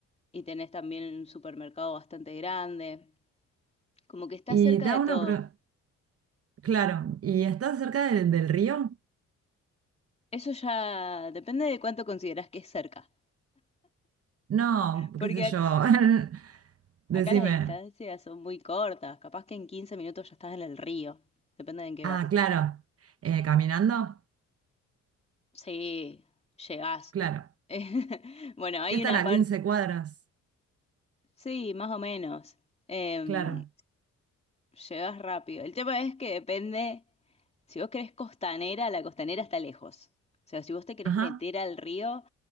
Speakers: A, on the left; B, on the right.
A: y tenés también un supermercado bastante grande, como que está
B: Y
A: cerca
B: te
A: de
B: hago
A: todo.
B: una pregunta. Claro, ¿y estás cerca de- del río?
A: Eso ya depende de cuánto considerás que es cerca,
B: No,
A: porque
B: qué sé
A: ac-
B: yo. <laughs>
A: acá
B: Decime.
A: las distancias son muy cortas, capaz que en 15 minutos ya estás en el río, depende de en qué
B: Ah,
A: vas.
B: claro. Eh, ¿caminando?
A: Sí, llegás.
B: Claro.
A: <laughs> Bueno, hay
B: ¿Qué estará?
A: una parte,
B: quince cuadras?
A: sí, más o menos. Em,
B: Claro.
A: llegás rápido. El tema es que depende, si vos querés costanera, la costanera está lejos. O sea, si vos te querés
B: Ajá,
A: meter al río,